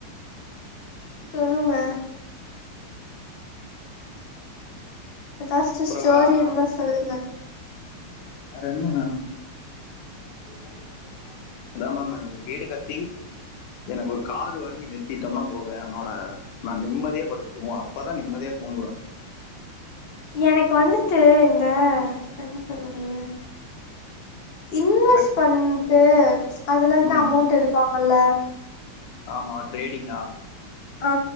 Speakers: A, on the left; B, on the left.
A: சொல்லுங்க ஏதாச்சு
B: அப்புறம்
A: ஸ்டோரி
B: வேற
A: இருந்தா சொல்லுங்க
B: ரெண்டுங்க
A: எல்லாரு இருக்காங்க
B: அத மேம் எனக்கு ஒரு வீடு கட்டி எனக்கு ஒரு காரு வாங்கி நிறுத்திட்டோம்னா போது என்னோட நா நிம்மதியே படுத்து தூங்குவே அப்பதா நிம்மதியே தூங்குவே
A: எனக்கு வந்துட்டு இந்த என்ன சொல்றது இன்வெஸ்ட்
B: எனக்கு
A: பண்ட்டு அதுலருந்து
B: ம்
A: அமௌண்ட் எடுப்பாங்கல்ல
B: ஆமா ட்ரேடிங்கா
A: ஆ